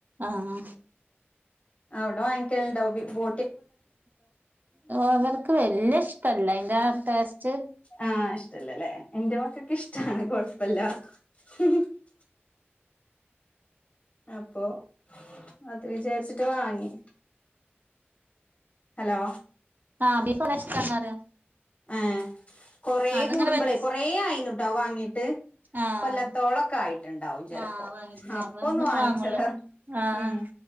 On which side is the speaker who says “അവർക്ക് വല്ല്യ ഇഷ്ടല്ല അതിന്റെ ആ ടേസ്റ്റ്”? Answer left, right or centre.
Right